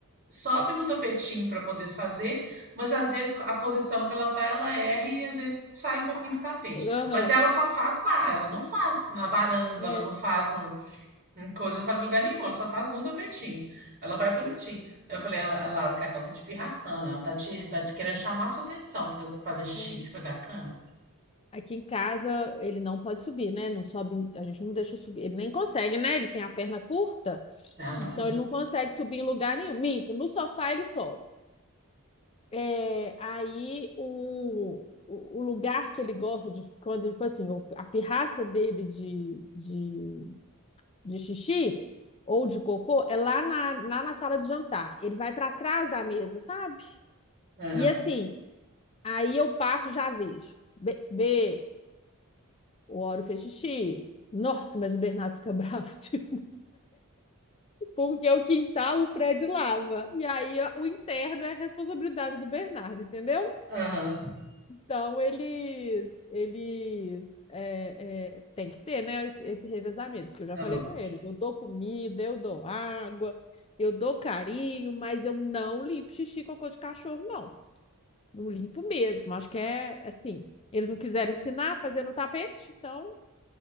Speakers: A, on the right; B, on the left.
A: sobe no tapetinho pra poder fazer, mas às vezes a posição que ela tá, ela erra e às vezes sai um pouquinho do tapete.
B: Aham.
A: Mas ela só faz lá, ela não faz na varanda,
B: É,
A: ela não faz no, uma coisa não faz lugar nenhum, ela só faz no tapetinho. Ela vai bonitinho. Aí Eu falei, ela, a Laura, que ela tá te pirraçando, ela tá te, tá te querendo chamar sua atenção, porque fazer xixi
B: é.
A: em cima da cama.
B: Aqui em casa ele não pode subir, né? Não sobe, a gente não deixa subir. Ele nem consegue, né? Ele tem a perna curta,
A: Né, Ela,
B: então ele não consegue subir em lugar nenhum. Minto, no sofá ele sobe. É, aí o, o o lugar que ele gosta de quando, tipo assim, o- a pirraça dele de, de, de xixi ou de cocô é lá na, lá na sala de jantar. Ele vai para trás da mesa, sabe?
A: aham,
B: E assim, aí eu passo, já vejo. Bebê, O Auro fez xixi. Nossa, mas o Bernardo fica <laughs> bravo, tipo, porque é o quintal, o Fred lava. E aí o interno é a responsabilidade do Bernardo, entendeu?
A: aham,
B: Então eles, eles é, é, tem que ter, né, esse, esse revezamento, porque eu já
A: <laughs> é
B: falei
A: lógico.
B: com eles. Eu dou comida, eu dou água, eu dou carinho, mas eu não limpo xixi e cocô de cachorro, não. Não limpo mesmo. Acho que é assim. Eles não quiseram ensinar a fazer no tapete, então.